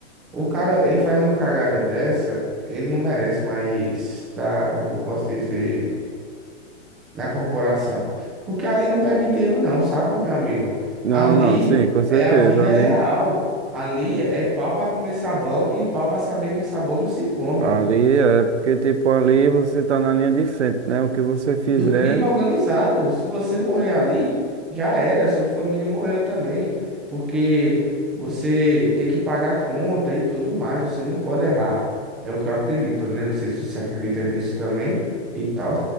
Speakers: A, in the centre; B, on the right.
A: o cara, ele faz uma cagada dessa, ele não merece mais, tá, como é que eu posso dizer... na corporação. Porque ali não permite erro, não, sabe, meu amigo?
B: Não,
A: Ali
B: não, sim, com certeza,
A: é a vida
B: ali.
A: real. Ali é pau para comer sabão e pau para saber que sabão não se come.
B: Ali é porque, tipo, ali você tá na linha de frente, né? O que você fizer,
A: Do crime organizado. Se você morrer ali, já era. Sua família morreu também. Porque você tem que pagar a conta e tudo mais. Você não pode errar. É o que eu acredito, né? Não sei se você acredita nisso também e tal,